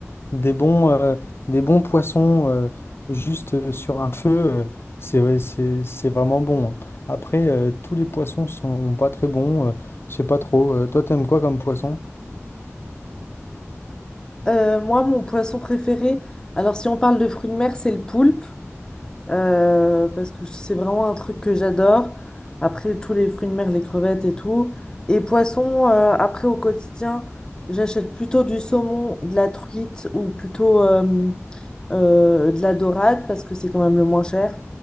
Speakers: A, on the left (about 50°); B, on the left (about 15°).
A: des bons, euh, des bons poissons euh, juste euh, sur un feu, euh, c'est, vrai- c'est, c'est vraiment bon. hein. Après, euh, tous les poissons sont pas très bons, euh, je sais pas trop. Euh, toi, t'aimes quoi comme poisson?
B: Euh, moi, mon poisson préféré, alors si on parle de fruits de mer, c'est le poulpe, euh, parce que c'est vraiment un truc que j'adore. Après, tous les fruits de mer, les crevettes et tout. Et poisson, euh, après, au quotidien, j'achète plutôt du saumon, de la truite, ou plutôt... euh, euh, de la dorade parce que c'est quand même le moins cher.